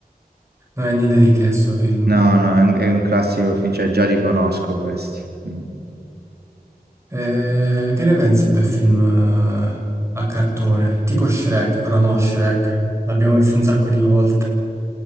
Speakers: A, on the right; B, on the right.
A: non è niente di che sto film.
B: no, no, è un, è un classico film, cioè già riconosco questi. Mm.
A: Eh, che ne pensi di un bel film eh, a cartone? Tipo Shrek, però no Shrek, l'abbiamo visto un sacco di volte.